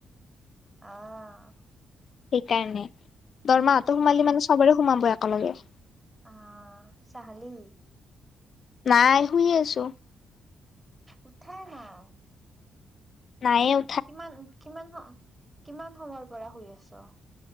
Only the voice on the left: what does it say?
সেইকাৰণে, দৰমাহাটো সোমালি
মানে চবৰে সোমাব একেলগে।
নাই শুই আছো।
নাইয়ে